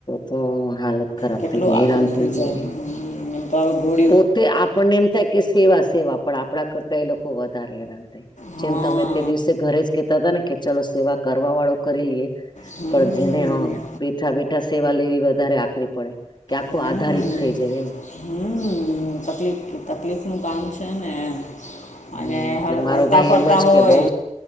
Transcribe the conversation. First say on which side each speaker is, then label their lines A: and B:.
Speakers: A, on the left (about 35°); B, on the left (about 80°).
A: તો હાલત ખરાબ
B: કેટલું
A: થઈ જાય
B: આકૃતો
A: હેરાન થઈ જવાય
B: જાય હમ્મ એમ તો હવે ગોળી
A: પોતે આપણને એમ થાય કે સેવા સેવા પણ આપણા કરતા એ લોકો વધારે હેરાન થાય.
B: હા
A: જેમ તમે તે દિવસે ઘરે જ કેતા હતા ને કે ચલો સેવા કરવા વાળો કરી લઈએ
B: હમ
A: પણ જેને હા બેઠા બેઠા સેવા લેવી વધારે આકરી પડે. કે આખો
B: હમ
A: આધારિત થઈ જાય એમ.
B: હમ તકલીફ તકલીફ નું કામ છે ને.
A: હમ
B: અને
A: એટલે
B: હર
A: મારો
B: હરતા-ફરતા
A: ભાઈ એમ જ
B: હોય,
A: કે બઉ